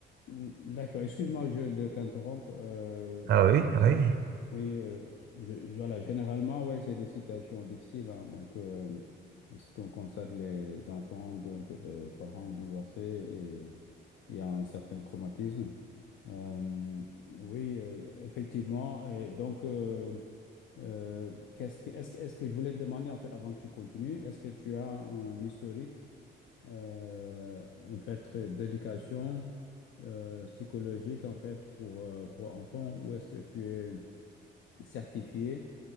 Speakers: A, on the left; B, on the right.
A: Mm, D'accord, excuse-moi je, de t'interrompre. euh,
B: Ah oui, ah
A: c'est,
B: oui.
A: oui, euh, je, je- voilà, généralement, ouais, c'est des situations difficiles. hein, donc, euh, ce qu'on constate, les enfants donc, de parents divorcés et il y a un certain traumatisme. Euh, oui, euh, effectivement. Et donc, euh, euh, qu'est-ce que, est-ce, que- est-ce que je voulais te demander, en fait, avant que tu continues, est-ce que tu as un historique? euh, en fait, d'éducation euh, psychologique, en fait, pour, euh, pour enfants, où est-ce que tu es certifié,